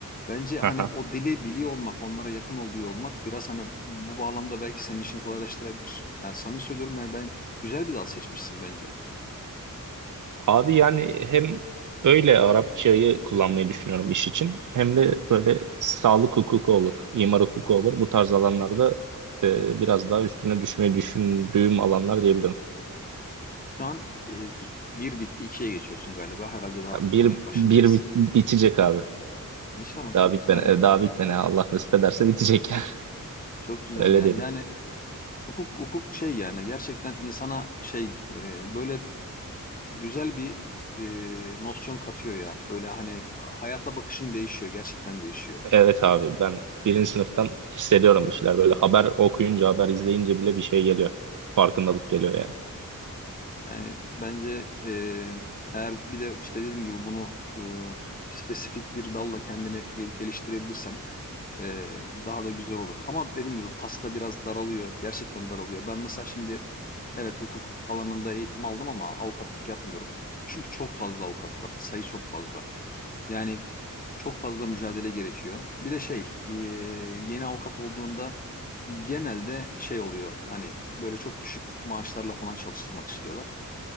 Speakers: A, on the left (about 25°); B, on the right (about 65°).
A: Bence hani
B: aha.
A: o dili biliyor olmak, onlara yakın olduğu olmak biraz hani bu bağlamda belki senin işini kolaylaştırabilir. Yani samimi söylüyorum yani ben güzel bir dal seçmişsin bence.
B: Abi yani hem öyle Arapçayı kullanmayı düşünüyorum iş için hem de böyle sağlık hukuku olur, imar hukuku olur. Bu tarz alanlarda e, biraz daha üstüne düşmeyi düşündüğüm alanlar diyebilirim.
A: Şu an e, bir bitti ikiye geçiyorsun galiba. Herhalde daha olayın
B: Bir,
A: başındayız.
B: bir bit- bitecek abi.
A: İnşallah
B: Daha
A: çok
B: bitmene,
A: güzel
B: e,
A: ya.
B: daha bitmene Allah nasip ederse bitecek yani.
A: Çok güzel
B: <laughs> Öyle
A: ya.
B: diyelim.
A: Yani hukuk hukuk şey yani gerçekten insana şey e, böyle güzel bir e, nosyon katıyor ya. Böyle hani hayata bakışın değişiyor, gerçekten değişiyor.
B: Evet abi ben birinci sınıftan hissediyorum bir şeyler böyle haber okuyunca haber izleyince bile bir şey geliyor. Farkındalık geliyor yani.
A: Yani bence e, eğer bir de işte dediğim gibi bunu e, spesifik bir dalla kendini gel- geliştirebilirsen e, daha da güzel olur. Ama dediğim gibi pasta biraz daralıyor. Gerçekten daralıyor. Ben mesela şimdi evet hukuk alanında eğitim aldım ama avukatlık yapmıyorum. Çünkü çok fazla avukat var. Sayı çok fazla. Yani çok fazla mücadele gerekiyor. Bir de şey e, yeni avukat olduğunda genelde şey oluyor. Hani böyle çok düşük maaşlarla falan çalıştırmak istiyorlar